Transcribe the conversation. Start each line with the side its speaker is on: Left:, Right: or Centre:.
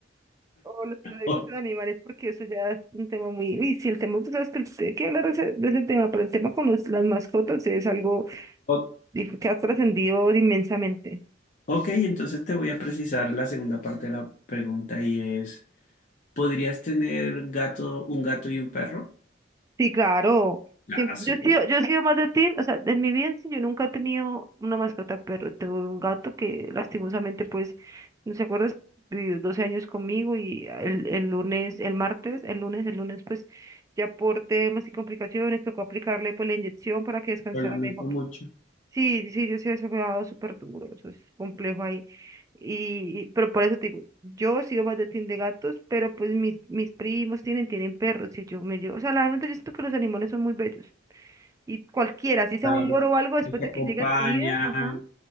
Right: o los que no les
Left: O-
Right: gustan animales, porque eso ya es un tema muy... Y sí, el tema, tú sabes que hay que hablar de ese, de ese tema, pero el tema con los- las mascotas es algo
Left: o-
Right: dif- que ha trascendido inmensamente.
Left: ok, entonces te voy a precisar la segunda parte de la pregunta y es, ¿podrías tener gato, un gato y un perro?
Right: Sí, claro. Siem-
Left: Ah, súper.
Right: yo he sido, yo he sido más de ti, o sea, de mi bien, sí, yo nunca he tenido una mascota perro, tuve un gato que lastimosamente, pues, no se acuerdas, vivió 12 años conmigo y el, el lunes, el martes, el lunes, el lunes, pues, ya por temas y complicaciones tocó aplicarle, pues, la inyección para que descansara
Left: Lo lamento
Right: mejor.
Left: mucho.
Right: Sí, sí, yo sí eso me ha dado súper duro, eso es complejo ahí. Y, y- pero por eso te digo, yo sigo más de team de gatos, pero pues mis, mis primos tienen, tienen perros y yo me llevo, o sea, realmente yo siento que los animales son muy bellos. Y cualquiera, si sea
Left: Claro.
Right: un loro o algo, después
Left: Nos
Right: de
Left: acompañan,
Right: que llegue a tu vida, ajá,